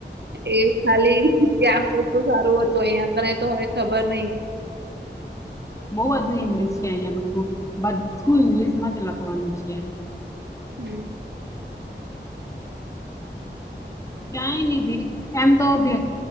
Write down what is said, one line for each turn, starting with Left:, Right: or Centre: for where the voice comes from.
Right: એ ખાલી ત્યાં પૂરતું સારું હતું. અહિયાં <unintelligible> તો હવે ખબર નઈ. <inaudible>
Left: બઉ બધું ઇંગ્લિશ છે. અહિયાં તો <unintelligible> બધું ઈંગ્લિશમાં જ લખવાનું છે.
Right: હમ.
Left: ક્યાંય નહી ધીરે, એમ તો ધીરે-